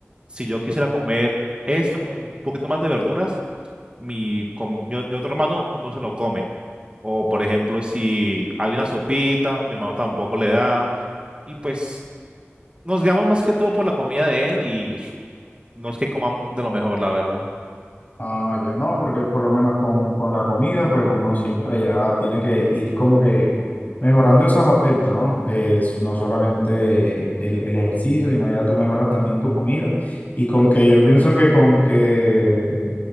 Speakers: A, on the right; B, on the left.
A: si yo quisiera comer esto, como un poquito más de verduras, mi, com- mi, o- mi otro hermano no se lo come. O por ejemplo, si hay una sopita, mi hermano tampoco le da. Y pues Nos guiamos más que todo por la comida de él y s- no es que coman de lo mejor, la verdad.
B: Ah, yo no, porque por lo menos con, con la comida, pues uno siempre ya tiene que ir como que mejorando esos aspectos, ¿no? Es no solamente el, el ejercicio, sino ya tú mejoras también tu comida. Y con que yo pienso que con que